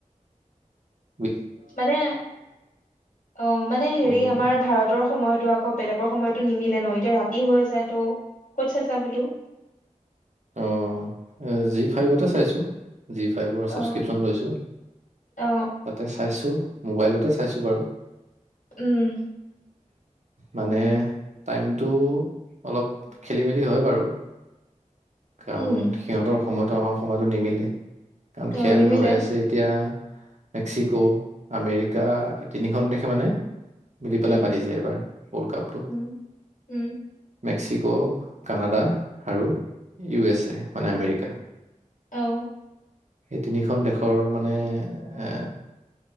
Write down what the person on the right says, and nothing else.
উ <unintelligible>
উম,
অ, এ জি ফাইভতে চাইছো। জি ফাইভৰ
ছাবস্ক্ৰিপচন লৈছো,
তাতে চাইছো মোবাইলতে চাইছো বাৰু।
মানে টাইমটো অলপ খেলি মেলি হয় বাৰু কাৰণ
সিহঁতৰ সময়টো আমাৰ সময়টো নিমিলে। কাৰণ
খেল
হৈ আছে এতিয়া মেক্সিকো আমেৰিকা তিনিখন দেশে মানে মিলি
পেলাই পাতিছে এবাৰ, ৱৰ্ল্ড কাপটো
মেক্সিকো কানাডা আৰু ইউ এছ এ, মানে আমেৰিকা।
সেই তিনিখন দেশৰ মানে এ